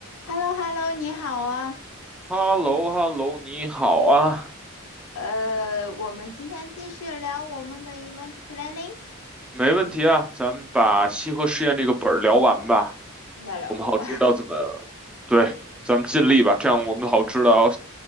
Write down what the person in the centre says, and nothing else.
哈喽哈喽，你好啊，
没问题啊，咱们把西河实验这个本儿聊完吧，
我们好知道怎么，对，咱们尽力吧，这样我们好知道